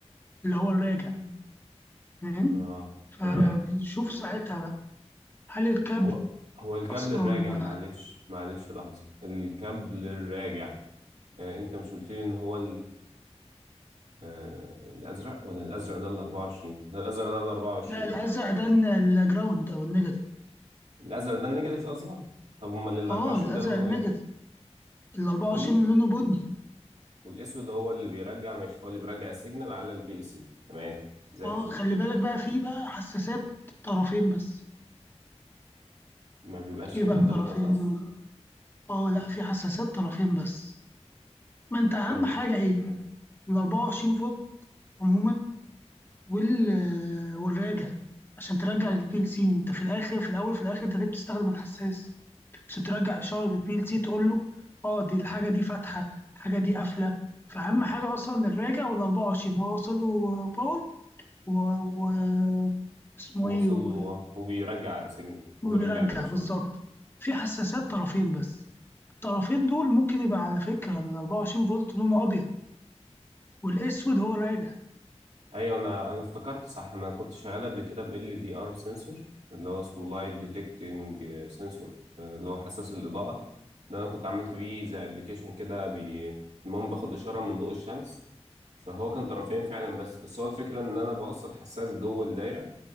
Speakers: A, on the left (about 20°); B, on the right (about 85°).
A: اللي هو الراجع فاهم
B: اه تمام
A: فبنشوف ساعتها بقى هل الكابل
B: هو هو الكابل
A: أصلا
B: الراجع معلش معلش لحظه الكابل الراجع آه انت مش قلت لي ان هو آه، الازرق ولا الازرق ده ال 24 ده الازرق ده ال 24
A: لا الأزرق ده الن- الجراوند أو النيجاتيف
B: الازرق ده النيجاتيف اصلا طب امال ال 24
A: اه الأزرق
B: ده لونه
A: النيجاتيف
B: ايه
A: ال 24
B: بني
A: لونه بني
B: والاسود هو اللي بيرجع ماشي هو اللي بيرجع السيجنال على البي ال سي تمام زي
A: اه
B: الفل
A: خلي بالك بقى في بقى حساسات طرفين بس
B: ما بيبقاش
A: ايه
B: فيها
A: بقى
B: ثلاث
A: طرفين
B: اطراف
A: دول اه لا في حساسات طرفين بس ما انت اهم
B: امم
A: حاجه ايه ال 24 فولت عموما وال والراجع عشان ترجع للبي ال سي انت في الاخر في الاول في الاخر انت ليه بتستخدم الحساس عشان ترجع اشاره للبي ال سي تقول له اه دي الحاجه دي فاتحه الحاجه دي قافله فاهم حاجه اصلا الراجع وال 24 ان هو وصل له باور و... و... اسمه
B: وصل
A: ايه و...
B: له وبيرجع سيجنال
A: وبيرجع
B: وبيرجع الاشاره
A: بالظبط في حساسات طرفين بس الطرفين دول ممكن يبقى على فكره ال 24 فولت لونه ابيض والاسود هو الراجع
B: ايوه انا انا افتكرت صح انا كنت شغال قبل كده ب ال دي ار سنسور اللي هو اسمه لايت ديتكتنج سنسور اللي هو حساس الاضاءه ده انا كنت عملت بيه زي ابلكيشن كده بي... المهم باخد اشاره من ضوء الشمس فهو كان طرفين فعلا بس بس هو الفكره ان انا بوصل حساس جوه الدايره